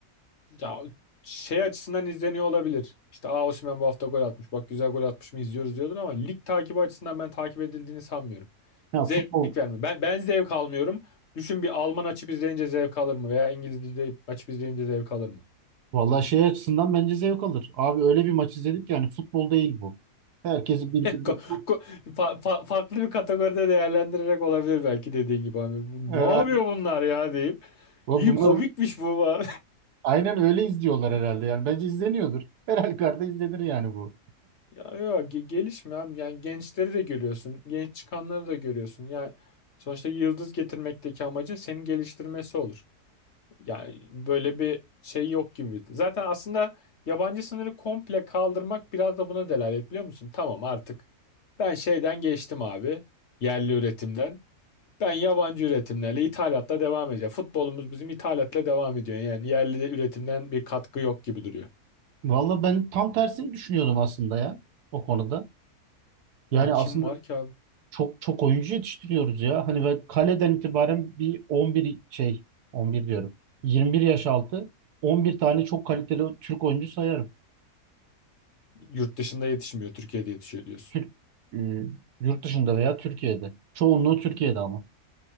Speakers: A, on the left; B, on the right.
A: ya şey açısından izleniyor olabilir. İşte Aa Osimhen bu hafta gol atmış. Bak güzel gol atmış mı izliyoruz diyordur ama lig takibi açısından ben takip edildiğini sanmıyorum.
B: Ya
A: Zevk
B: futbol
A: vermiyor. Ben, ben zevk almıyorum. Düşün bir Alman açıp izleyince zevk alır mı? Veya İngiliz izleyip- açıp izleyince zevk alır mı?
B: Vallahi şey açısından bence zevk alır. Abi öyle bir maç izledik yani futbol değil bu. Herkesi birbirine
A: Ko-
B: tut.
A: ko- fa- fa- farklı bir kategoride değerlendirerek olabilir belki dediğin gibi abi. Bu,
B: Ee, aynen.
A: ne yapıyor bunlar ya deyip.
B: Ve bunlar
A: İyi komikmiş bu. <laughs> falan.
B: aynen öyle izliyorlar herhalde. Yani bence izleniyordur. <laughs> Her halükarda izlenir yani bu.
A: Ya, ya ge- gelişme abi. Yani gençleri de görüyorsun. Genç çıkanları da görüyorsun. Yani sonuçta yıldız getirmekteki amacı senin geliştirmesi olur. Yani böyle bir şey yok gibi. Zaten aslında yabancı sınırı komple kaldırmak biraz da buna delalet biliyor musun? Tamam artık ben şeyden geçtim abi. Yerli üretimden. Ben yabancı üretimlerle, ithalatla devam edeceğim. Futbolumuz bizim ithalatla devam ediyor. Yani yerli de üretimden bir katkı yok gibi duruyor.
B: Vallahi ben tam tersini düşünüyordum aslında ya o konuda. Yani
A: Hani Kim
B: aslında
A: var ki abi?
B: çok çok oyuncu yetiştiriyoruz ya. Hani ve kaleden itibaren bir 11 şey 11 diyorum. 21 yaş altı 11 tane çok kaliteli Türk oyuncu sayarım.
A: Yurt dışında yetişmiyor, Türkiye'de yetişiyor diyorsun.
B: Türk e, yurt dışında veya Türkiye'de. Çoğunluğu Türkiye'de ama.